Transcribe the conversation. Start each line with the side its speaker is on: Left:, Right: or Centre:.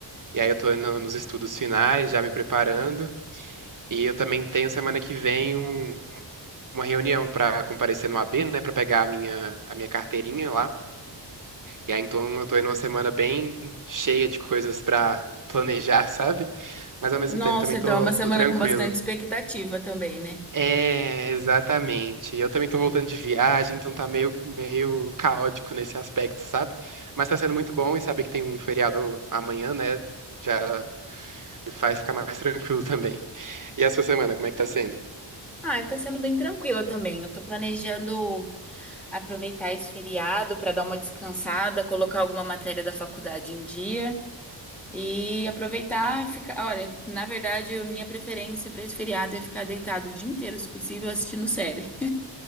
Right: E aí eu tô no- nos estudos finais, já me preparando. E eu também tenho semana que vem um- uma reunião pra comparecer no AB, né? Pra pegar a minha, a minha carteirinha lá. E aí, então, eu tô aí numa semana bem cheia de coisas pra planejar, <laughs> sabe? Mas ao mesmo
Centre: Nossa,
Right: tempo também
Centre: então
Right: tô,
Centre: é uma semana
Right: tô tranquilo.
Centre: com bastante expectativa também, né?
Right: É, exatamente. Eu também tô voltando de viagem, então tá meio, meio caótico nesse aspecto, sabe? Mas tá sendo muito bom e saber que tem um feriado amanhã, né? Já me faz ficar mais <laughs> tranquilo também. E a sua semana, como é que tá sendo?
Centre: Ah, tá sendo bem tranquila também. Eu tô planejando aproveitar esse feriado pra dar uma descansada, colocar alguma matéria da faculdade em dia e aproveitar e ficar. Olha, na verdade, a minha preferência pra esse feriado é ficar deitado o dia inteiro, se possível, assistindo série.